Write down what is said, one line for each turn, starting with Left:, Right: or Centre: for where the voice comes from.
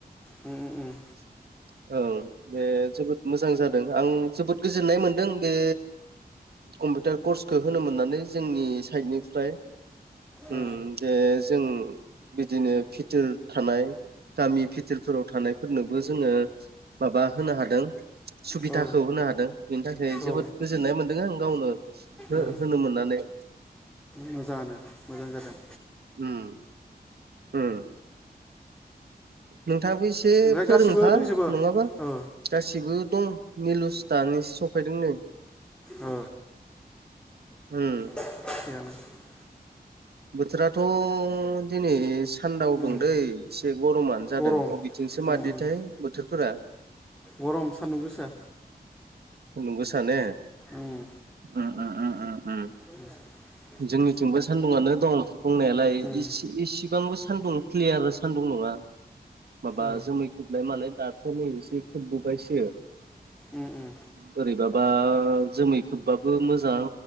Centre: उम उम।
Right: <inaudible> ओं, बे जोबोद मोजां जादों आं जोबोद गोजोननाय मोनदों बे कम्पिउटार कर्सखौ होनो मोन्नानै जोंनि साइडनिफ्राय।
Centre: ओ,
Right: उम जे जों बिदिनो भिथोर थानाय गामि भि थोर फोराव थानायफोरनोबो जोङो माबा होनो हादों सुबिदाखौ
Centre: ओ,
Right: होनो हादों बेनि थाखाय
Centre: ओ,
Right: जोबोद गोजोननाय मोन्दों आं गावनो हो-होनो
Centre: ओ,
Right: मोननानै।
Centre: मोजाङानो। मोजां जादों।
Right: उम। उम नोंथाङाबो एसे
Centre: ओमफ्राय
Right: फोरोंफा
Centre: गासिबो दंजोबो
Right: नङाबा
Centre: औ
Right: गासैबो दं निलुस दानिसो सफैदों नै।
Centre: औ
Right: उम।
Centre: थिखआनो।
Right: बोथोराथ' दिनै सान्दाव
Centre: उम
Right: दों दैै एसे गरमानो जादों
Centre: गरम
Right: अ' थिंसो मादिथाइ
Centre: उम उम
Right: बोथोरफोरा?
Centre: गरम सान्दुं गोसा।
Right: सान्दुं गोसा ने?
Centre: उम
Right: उम उम उम उम उम।
Centre: बे
Right: जोंनिथिंबो सान्दुंआनो दं दंनायालाय
Centre: उम
Right: इसि-इससिबांबो सान्दुं क्लियार सान्दुं नङा। माबा
Centre: औ
Right: जोमै खोबनाय मालाय दाथ' नै एसे खोबबोबायसो।
Centre: उम उम
Right: बोरैबाबा जोमै खोबबाबो मोजां